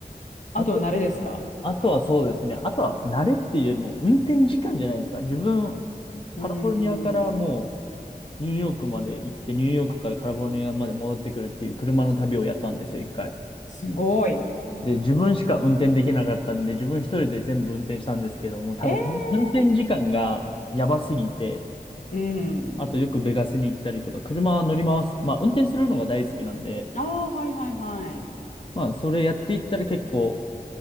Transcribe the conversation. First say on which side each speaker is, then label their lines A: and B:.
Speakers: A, on the left (about 50°); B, on the left (about 30°).
A: あとは、
B: あと、
A: 慣れですか
B: あとはそうですね。あとは、慣れっていうよりも、運転時間じゃないですか。自分、カリフォルニアからも
A: うーん、
B: う、ニューヨークまで行って、ニューヨークからカリフォルニアまで戻ってくるっていう車の旅をやったんですよ、一回。
A: すごい。
B: で、自分しか運転できなかったんで、自分一人で全部運転したんですけども、多分、
A: え
B: 運転時間がやばすぎて、
A: えー、うん。
B: あとよくベガスに行ったりとか、車は乗り回す。まあ、運転するのが大好きなんで、
A: ああ、はいはいはい。
B: まあ、それやっていったら結構、